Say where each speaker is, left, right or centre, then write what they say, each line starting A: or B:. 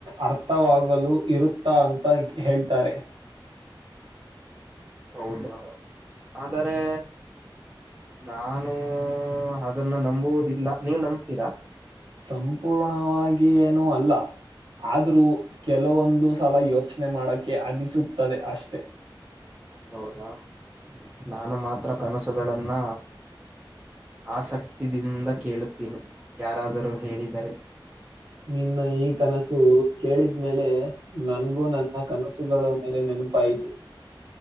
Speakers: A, on the right; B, on the right.
A: ಅರ್ ವಾಗಲು ಇರುತ್ತಾ ಅಂತ ಹೇಳ್ತಾರೆ.
B: ಹೌದಾ ಆದರೆ ನಾನು ಅದನ್ನ ನಂಬುವುದಿಲ್ಲ ನೀವ್ ನಂಬತೀರಾ.
A: ಸಂಪೂರ್ಣವಾಗ ಏನೂ ಅಲ್ಲ. ಆದ್ರೂ ಕೆಲವೊಂದು ಸಲ ಯೋಚನೆ ಮಾಡಕೆ ಅನಿಸುತ್ತದೆ ಅಷ್ಟೆ.
B: ಹೌದಾ ನಾನು ಮಾತ್ರ ಕನಸುಗಳನ್ನ ಆಸಕ್ತಿದಿಂದ ಕೇಳತಿನಿ ಯಾರಾದರೂ ಹೇಳಿದರೆ
A: ನಿನ್ನ ಈ ಕನಸು ಕೇಳಿದ್ಮೇಲೆ ನನ್ಗೂ ನನ್ನ ಕನಸುಗಳ ಮೇಲೆ ನೆನಪಾಯ್ತು.